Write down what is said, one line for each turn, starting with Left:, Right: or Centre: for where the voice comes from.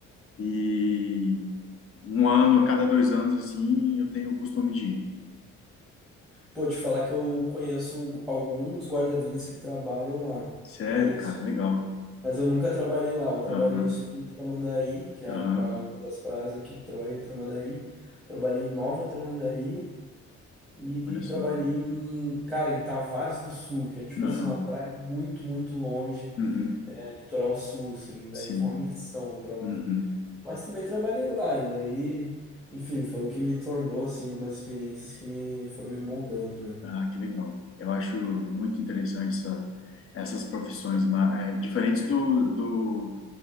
Left: e um ano a cada dois anos assim eu tenho o costume de ir.
Centre: Pô, te falar que eu conheço um- alguns guarda-vidas que trabalham lá.
Left: Sério,
Centre: Conheço.
Left: cara, legal.
Centre: Mas eu nunca trabalhei lá, eu trabalhei
Left: Aham,
Centre: só em Tramandaí, que é
Left: aham,
Centre: a, a- uma das praias aqui, eu trabalhei em Tramandaí, trabalhei em Nova Tramandaí e
Left: olha só.
Centre: trabalhei em, cara, em Tavares do Sul, que é tipo
Left: Aham,
Centre: assim, uma praia muito, muito longe,
Left: uhum,
Centre: litoral sul, assim, daí
Left: sim,
Centre: foi uma missão ir pra lá.
Left: uhum.
Centre: Mas também trabalhei lá, e daí, enfim, foi o que me tornou, assim, algumas experiências que me foram me moldando, né?
Left: Ah, que legal. Eu acho muito interessante essa, essas profissões ma- eh, diferentes do, do,